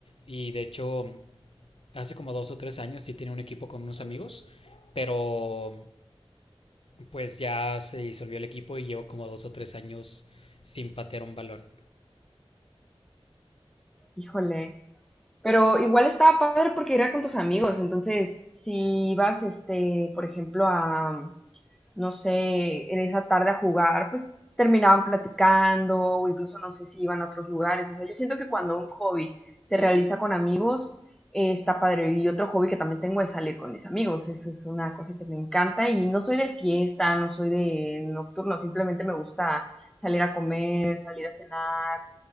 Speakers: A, on the left; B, in the centre.
A: y de hecho hace como dos o tres años sí tenía un equipo con unos amigos, pero pues ya se disolvió el equipo y llevo como dos o tres años sin patear un balón.
B: Híjole, Pero igual estaba padre porque era con tus amigos, entonces si ibas, este, por ejemplo, a, no sé, en esa tarde a jugar, pues terminaban platicando o incluso no sé si iban a otros lugares. O sea, yo siento que cuando un hobby se realiza con amigos, eh, está padre. Y otro hobby que también tengo es salir con mis amigos. Eso es una cosa que me encanta y no soy de fiesta, no soy de nocturno, simplemente me gusta salir a comer, salir a cenar.